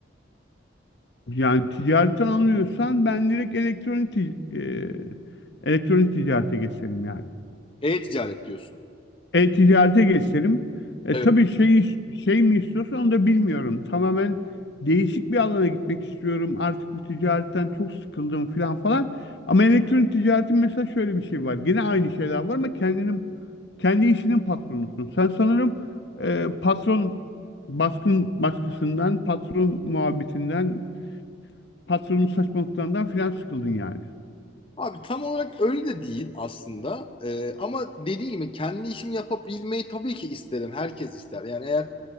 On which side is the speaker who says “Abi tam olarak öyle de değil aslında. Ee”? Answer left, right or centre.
Left